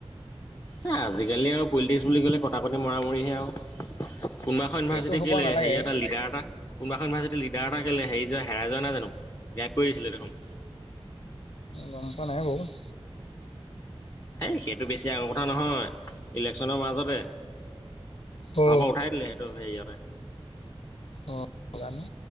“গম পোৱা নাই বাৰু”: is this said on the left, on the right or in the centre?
Left